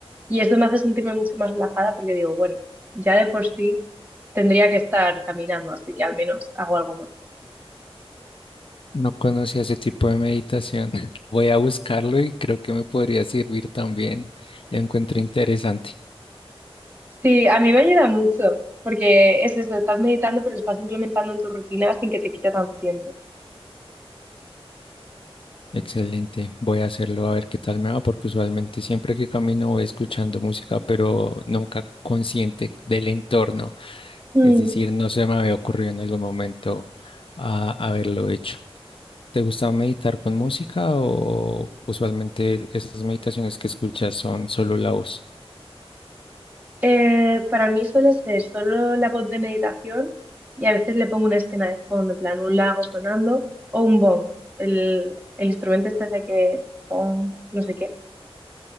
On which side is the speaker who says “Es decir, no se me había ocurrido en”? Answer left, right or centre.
Left